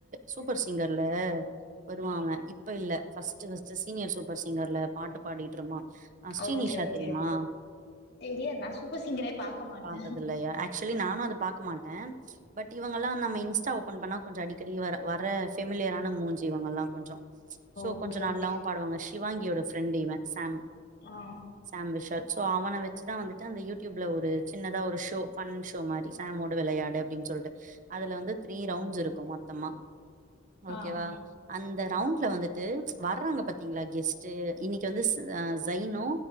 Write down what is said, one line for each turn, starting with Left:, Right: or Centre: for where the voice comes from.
Right: சூப்பர் சிங்கர்ல வருவா அவே இப்ப இல்ல ஃபஸ்ட்டு ஃபஸ்ட்டு சீனியர் சூப்பர் சிங்கர்ல பாட்டு பாடிட்டுருந்தா ஸ்ரீநிஷா
Left: ஓகே ஓகே
Right: தெரியுமா
Left: தெரியாது நா சூப்பர் சிங்கரே பாக்க மாட்டே
Right: பாத்ததில்லயா ஆக்சலி நானு அத பாக்க மாட்டே பட் இவங்கல்லா நம்ம இன்ஸ்டா ஓபன் பண்ணா கொஞ்ச அடிக்கடி வர வர ஃபெமிலியறான மூஞ்சி இவங்கள்லா கொஞ்சோ சோ
Left: ஓகே
Right: கொஞ்ச நல்லாவு
Left: ஓகே
Right: பாடுவாங்க ஷிவாங்கியோட ஃப்ரெண்டு இவ சாம்
Left: ஆ
Right: சாம் விஷால் சோ அவன வெச்சுதா வந்துட்டு அந்த யூடியூப்ல ஒரு சின்னதா ஒரு ஷோ ஃபன்ஷோ மாரி சாமோ டு விளையாடு அப்டின் சொல்ட்டு அதுல வந்து த்ரீ ரவுண்ஸிருக்கு மொத்தமா ஓகேவா
Left: ஆ
Right: அந்த ரவுண்ட்ல வந்துட்டு வர்றாங்க பாத்தீங்களா கெஸ்ட்டு இன்னிக்கு வந்து ச அ சயினு